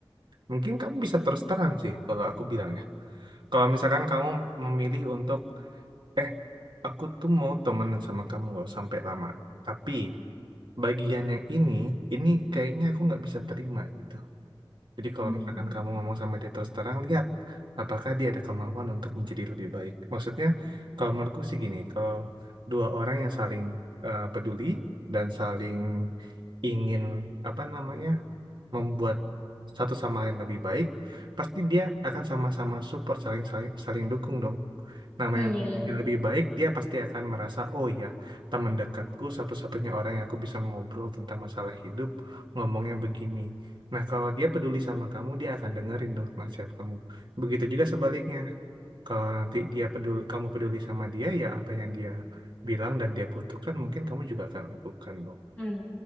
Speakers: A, on the right; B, on the left.
A: mungkin kamu bisa terus terang sih kalau aku bilang ya. Kalau misalkan kamu memilih untuk Eh, aku tuh mau temenan sama kamu loh sampai lama. Tapi bagian yang ini, ini kayaknya aku nggak bisa terima gitu. Jadi kalau
B: hmm,
A: misalkan kamu ngomong sama dia terus terang, lihat apakah dia ada kemauan untuk menjadi lebih baik. Maksudnya, kalau menurutku sih gini, kalau dua orang yang saling eh, peduli dan saling ingin apa namanya membuat satu sama lain lebih baik, pasti dia akan sama-sama support, saling saling saling dukung dong. Namanya
B: hmm, ya ya.
A: dia lebih baik, dia pasti akan merasa, oh ya, teman dekatku satu-satunya orang yang aku bisa ngobrol tentang masalah hidup, ngomongnya begini. Nah, kalau dia peduli sama kamu, dia akan dengerin tuh nasihat kamu. Begitu juga sebaliknya. Kalau nanti dia peduli, kamu peduli sama dia, ya apa yang dia bilang dan dia butuhkan, mungkin kamu juga akan lakukan dong.
B: Hmm.